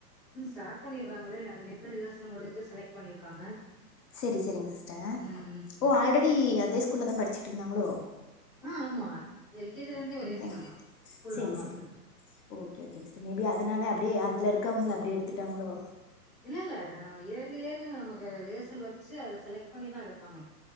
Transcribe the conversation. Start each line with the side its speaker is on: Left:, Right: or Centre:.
Centre: ம் ஸ்டார்ட் பண்ணிர்றாங்களே அது நேத்தே ரிஹர்சல் முடிஞ்சு செலக்ட் பண்ணிருக்காங்க
Left: செரி செரிங் சிஸ்டர்
Centre: ம்
Left: ஓ ஆல்ரெடி அதே ஸ்கூல்ல தா படிச்சிட்ருந்தாங்ளோ
Centre: ஆ ஆமா எல் கே ஜி லேந்தே ஒரே
Left: ஓகே
Centre: ஸ்கூல் தா ஸ்கூல்லா
Left: சரி
Centre: மாத்ல
Left: சரி ஓகே ஓகேங் சிஸ்டர் மே பி அதனால அப்டே அதுல இருக்கவங்கள அப்டே எடுத்துட்டாங்ளோ
Centre: இல்ல இல்ல அ இயர்லி இயர்லி நமக்கு ரிஹர்சல் வச்சு அதுல செலக்ட் பண்ணிதா எடுப்பாங்க